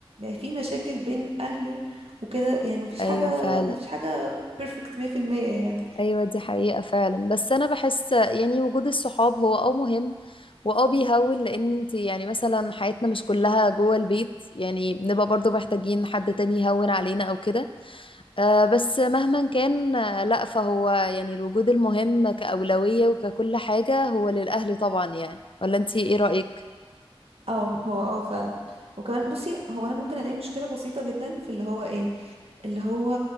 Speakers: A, on the right; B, on the left.
A: في مشاكل بين اهله وكده يعني ما فيش
B: ايوه
A: حاجه
B: فعلا
A: ما فيش حاجه بيرفكت 100% يعني
B: ايوه دي حقيقة فعلا بس انا بحس يعني وجود الصحاب هو اه مهم واه بيهون لان انت يعني مثلا حياتنا مش كلها جوه البيت يعني بنبقى برضو محتاجين حد تاني يهون علينا او كده آه بس مهما كان آه لا فهو يعني الوجود المهم كأولوية وككل حاجة هو للأهل طبعا يعني ولا انت ايه رأيك؟
A: اه هو اه فعلا وكمان بصي هو انا ممكن الاقي مشكله بسيطه جدا في اللي هو ايه اللي هو